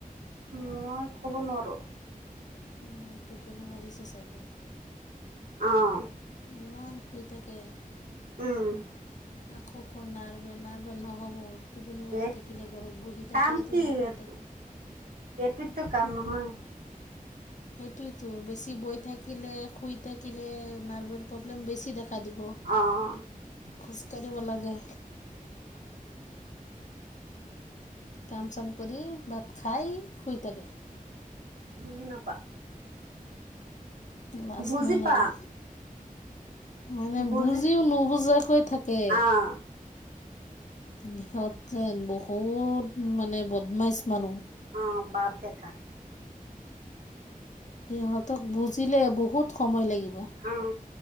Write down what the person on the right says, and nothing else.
মই ক'ব নোৱাৰো।
অঁ
উম
এই
কাম
কি
এইটো
এইটোতো কাম নহয়
অঁ
বুজি নাপা‌
বুজি
পা
বুজি
আহ
অঁ বাপ দেকা
অ